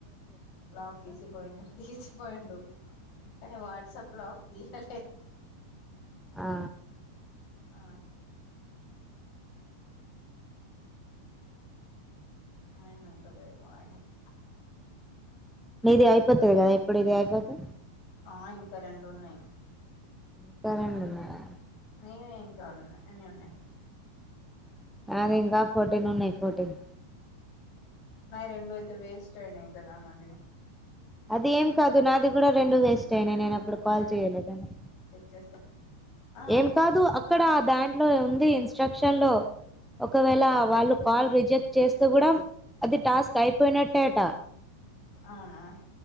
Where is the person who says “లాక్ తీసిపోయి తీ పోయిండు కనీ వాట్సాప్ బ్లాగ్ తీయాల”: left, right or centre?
Left